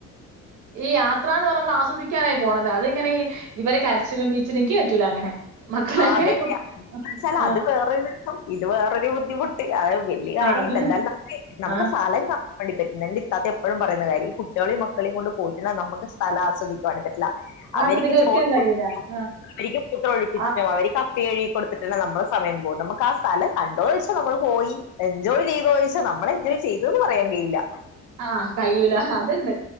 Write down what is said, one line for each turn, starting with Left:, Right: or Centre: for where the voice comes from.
Right: ഈ യാത്ര എന്ന് പറഞ്ഞാ നമ്മൾ ആസ്വദിക്കാനായി പോണത് അത് ഈ ഇങ്ങനെ ഈ ഇവരുട കരച്ചിലും പിഴിച്ചിലും എനിക്കി പറ്റൂല അങ്ങനെ. മക്കളെ
Left: അതന്നെയാ.
Right: അങ്ങനെ കു
Left: എന്നു വെച്ചാല്
Right: ആ
Left: അത് വേറെ രു രസം ഇത് വേറൊരു ബുദ്ധിമുട്ട് അത് വലിയ കാര്യം
Right: ആ അത്
Left: ഇല്ല. എന്നാലും ന നമുക്ക്
Right: ആ
Left: സ്ഥലം കാ പറ്റില്ല എൻ്റെ ഇത്താത്ത എപ്പഴും പറയുന്ന കാര്യ കുട്ടികളെയും മക്കളെയും കൊണ്ട് പോയി കഴിഞ്ഞാ നമുക്ക് സ്ഥലം ആസ്വദിക്കാൻ കൂടി പറ്റി <unintelligible> അവര്ക്ക്
Right: ആസ്വദിക്കാൻ
Left: ചോറ്
Right: ഒരിക്കലും കഴിയൂല
Left: കൊടുക്കലും
Right: ആ
Left: അവര്ക്ക് മൂത്ര ഒഴിപ്പിച്ചിട്ടും
Right: ആ
Left: അവര്ക്ക് അപ് പ്പികഴുകികൊടുത്തിട്ടന്നെ നമ്മള് സമയം പോവും നമ്മള് ആ സ്ഥലം കണ്ടോന്നോയ്ച്ചാ നമ്മള് പോയി എൻജോയ് ചെയ്തോന്ന് ചോയ്ച്ചാ നമ്മള് എൻജോയ് ചെയ്തന്ന് പറയാൻ കഴിയില്ല.
Right: ആ കഴിയൂല അതുണ്ട്